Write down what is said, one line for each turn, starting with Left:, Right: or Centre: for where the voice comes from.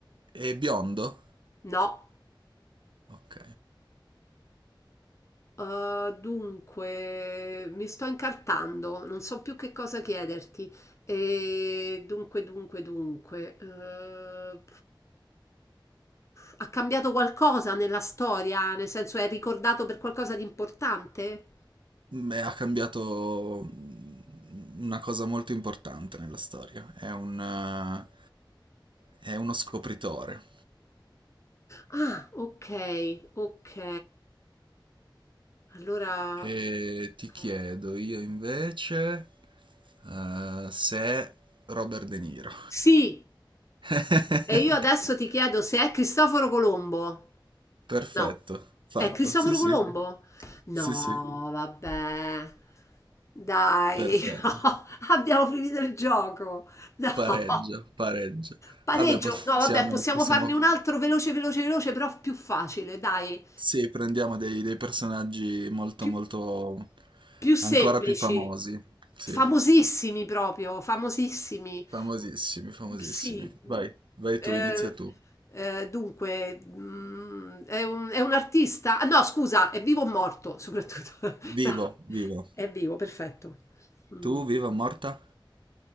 Right: è biondo?
Left: No.
Right: Ok.
Left: Uh, dunque, mi sto incartando, non so più che cosa chiederti. E dunque, dunque, dunque. eh, ha cambiato qualcosa nella storia? Nel senso, è ricordato per qualcosa di importante?
Right: Beh, ha cambiato mm, una cosa molto importante nella storia. È un, eh, è uno scopritore.
Left: Ah, ok, ok. Allora,
Right: E ti
Left: ok.
Right: chiedo io invece eh, se Robert De Niro.
Left: Sì,
Right: <laughs>
Left: e io adesso ti chiedo se è Cristoforo Colombo.
Right: Perfetto,
Left: No.
Right: fatto.
Left: È Cristoforo
Right: Sì, sì,
Left: Colombo? Mhm.
Right: sì,
Left: No,
Right: sì,
Left: vabbè. Dai,
Right: perfetto.
Left: <laughs> no, abbiamo finito il gioco. No.
Right: Pareggio, pareggio.
Left: Pareggio.
Right: Vabbè, possiamo,
Left: No, vabbè, possiamo
Right: possiamo...
Left: farne un altro veloce, veloce, veloce, però più facile, dai.
Right: Sì, prendiamo dei, dei personaggi molto,
Left: Più
Right: molto...
Left: più semplici,
Right: ancora più famosi. Sì,
Left: famosissimi proprio, famosissimi.
Right: famosissimi,
Left: Mhmm,
Right: famosissimi.
Left: sì, mhmm,
Right: Vai, vai
Left: ehm,
Right: tu, inizia tu.
Left: ehm, dunque, mhmm, è un è un artista ah no scusa, è vivo o morto soprattutto. <laughs>
Right: Vivo,
Left: No,
Right: vivo.
Left: È vivo, perfetto. Mh,
Right: Tu, viva, morta?